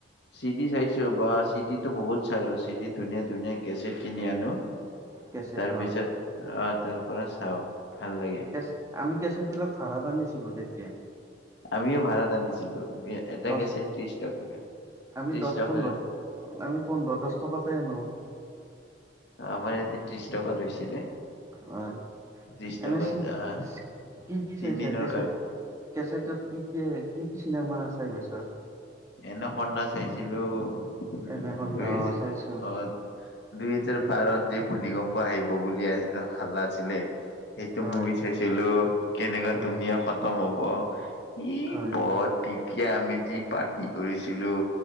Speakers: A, on the left (about 65°); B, on the right (about 15°).
A: চি ডি চাইছো বা চি ডি টো বহুত চালো, চি ডি ধুনীয়া ধুনীয়া কেছেট কিনি আনো।
B: কেছেট
A: তাৰ
B: অ
A: পিছত আহ তাৰ পৰা চাও, ভাল লাগে।
B: কেচ, আমি কেচেটবিলাক ভাড়াত আনিছিলোঁ তেতিয়া।
A: আমিও ভাড়াত আনিছিলো বি এটা
B: দহ
A: কেছেট ত্ৰিশ টকাকে,
B: আমি
A: ত্ৰিশ
B: দহ
A: টকাকে
B: পোন্ধৰ আমি পোন্ধৰ, দচ টকাতে আনো।
A: আমাৰ ইয়াতে ত্ৰিশ টকা লৈছিলে।
B: হয়,
A: ত্ৰিশ
B: এনে
A: টকাত
B: চি,
A: আহ
B: কি কি
A: তিনদিনৰ
B: চাইছা কেছেট?
A: কাৰণে
B: কেছেটত কি কি, কি কি চিনেমা চাই পাইছোঁ।
A: এনে কন্দা চাইছিলোঁ <unintelligible>
B: এনাকন্দা অ চাইছো
A: দুহেজাৰ বাৰত যি ভূমিকম্প আহিব বুলি হালা আছিলে। সেইটো
B: হয়
A: মুভি চাইছিলোঁ, কেনেকা
B: হয়
A: দুনীয়া খতম হ'ব। ই
B: হয়
A: বৰ তেতিয়া আমি যি পাৰ্টি কৰিছিলোঁ।